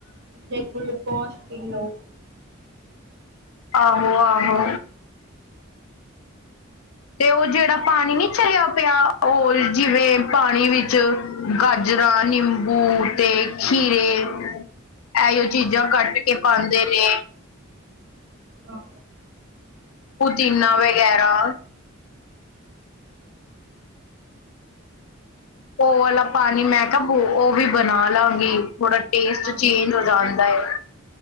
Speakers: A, on the right; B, on the left.
A: ਤੇ ਗੁਲੂਕੋਸ਼ ਪੀ ਲੋ।
B: ਆਹੋ-ਆਹੋ। ਤੇ ਓ ਜੇੜਾ ਪਾਣੀ ਨੀ ਚਲਿਆ ਪਿਆ ਓਲ ਜਿਵੇਂ ਪਾਣੀ ਵਿੱਚ ਗਾਜਰਾਂ, ਨਿੰਬੂ ਤੇ ਖੀਰੇ ਐਇਓ ਚੀਜਾਂ ਕੱਟ ਕੇ ਪਾਂਦੇ ਨੇ
A: ਹਾਂ
B: ਪੁਦੀਨਾ ਵਗੈਰਾ। ਓ ਵਾਲਾ ਪਾਣੀ ਮੈਂ ਕਿਆ ਓ ਵੀ ਬਣਾ ਲਾਂਗੀ ਥੋੜਾ ਟੇਸਟ ਚੇਂਜ
A: ਹਾਂ
B: ਹੋ ਜਾਂਦਾ ਏ।